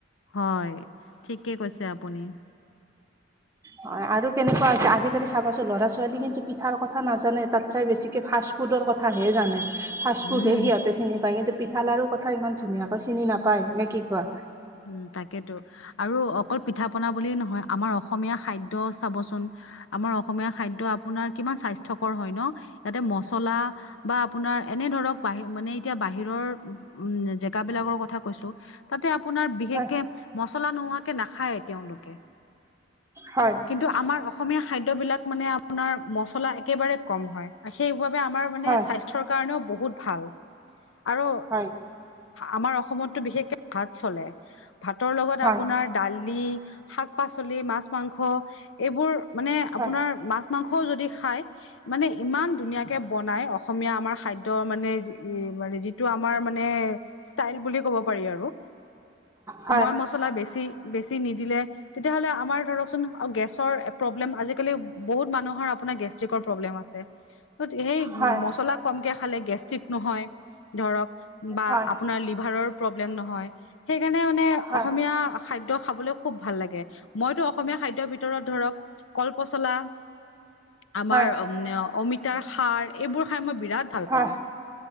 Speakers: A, on the left; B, on the right.
A: হয়, ঠিকে কৈছে আপুনি।
B: হয় আৰু কেনেকুৱা আছে, আজিকালি চাবাচোন। ল'ৰা-ছোৱালী কিন্তু পিঠাৰ কথা নাজানে। তাতচাই বেছিকে ফাষ্ ফুডৰ কথাহে জানে। ফাষ্ট
A: উম
B: ফুডহে সিহঁতে চিনি পায়। কিন্তু পিঠা-লাৰুৰ কথা ইমান ধুনীয়াকৈ চিনি নাপায়, নে কি কোৱা?
A: উম, তাকেতো। আৰু অকল পিঠা-পনা বুলি নহয়, আমাৰ অস সমীয়া খাদ্য চাবচোন আমাৰ অসমীয়া খাদ্য আপোনাৰ কিমান স্বাস্থ্যকৰ হয় ন'? ইয়াতে মছলা বা আপোনাৰ এনেধৰক বাহি- মানে এতিয়া বহিৰৰ উম- জেগাবিলাকৰ কথা কৈছোঁ। তাতে আ আপোনাৰ বিশেষকে
B: হয়
A: মচলা নোহোৱাকে নাখায়ে তেওঁলোকে।
B: হয়
A: কিন্তু আমাৰ অসমীয়া খাদ্যবিলাক মানে আপোনাৰ মছলা একেবাৰে কম হয়। সেইবাবে আমাৰ মানে
B: হয়
A: স্বাস্থ্যৰ কাৰণেও বহুত ভাল। আৰু
B: হয়
A: আমাৰ অসমতটো বিশেষকে ভাত চলে ভাতৰ লগত
B: হয়
A: আপোনাৰ দালি শাক পাচলি মাছ মাংস এইবোৰ মানে আপোনাৰ
B: হয়
A: মাছ মাংসও যদি খাই মানে ইমান ধুনীয়াকে বনাই অসমীয়া আমাৰ খাদ্য মানে মানে যি টো আমাৰ মানে ষ্টাইল বুলি ক'ব পাৰি আৰু
B: হয়
A: মই মছলা বেছি বেছি নিদিলে তেতিয়াহ'লে আমাৰ ধৰকচোন গেছ প্ৰব্লেম আজিকালি মানুহৰ গেষ্টিকৰ প্ৰব্লেম আছে। অলপ
B: হয়
A: কমকৈ খালে গেষ্ট্ৰিক নহয় ধৰক বা
B: হয়
A: আপোনাৰ লিভাৰৰ প্ৰব্লেম নহয়। সেইকাৰণে মানে
B: হয়
A: অসমীয়া
B: হয়
A: খাদ্য খাবলৈ খুব ভাল লাগে। মইতো অসমীয়া খাদ্যৰ ভিতৰত ধৰক কলপচলা, আমাৰ
B: হয়
A: অ অমিতাৰ খাৰ এইবোৰ খাই মই বিৰাট ভাল
B: হা
A: পাওঁ